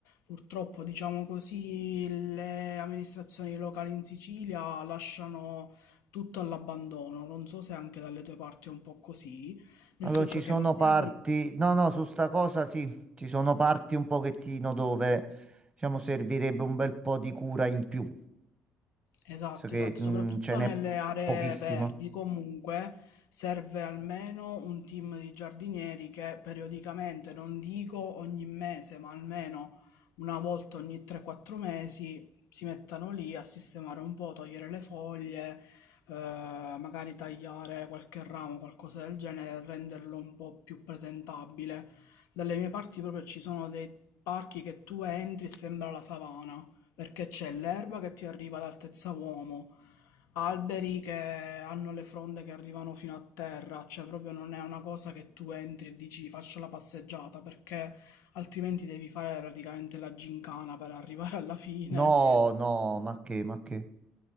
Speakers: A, on the left; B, on the right.
A: purtroppo, diciamo così, le amministrazioni locali in Sicilia lasciano tutto all'abbandono. Non so se anche dalle tue parti è un po' così, nel
B: Allora,
A: senso
B: ci sono
A: che magari
B: parti... No, no, su sta cosa sì, ci sono parti un pochettino dove, diciamo, servirebbe un bel po' di cura in più.
A: Esatto,
B: So che
A: esatto, soprattutto
B: mm, ce n'è
A: nelle aree
B: pochissima.
A: verdi comunque serve almeno un team di giardinieri che periodicamente, non dico ogni mese, ma almeno una volta ogni 3-4 mesi si mettano lì a sistemare un po', togliere le foglie, eh, magari tagliare qualche ramo, qualcosa del genere, renderlo un po' più presentabile. Dalle mie parti proprio ci sono dei parchi che tu entri e sembra la savana perché c'è l'erba che ti arriva ad altezza uomo, alberi che hanno le fronde che arrivano fino a terra, cioè proprio non è una cosa che tu entri e dici faccio la passeggiata, perché altrimenti devi fare praticamente la gincana per arrivare alla fine
B: No, no, ma che, ma che.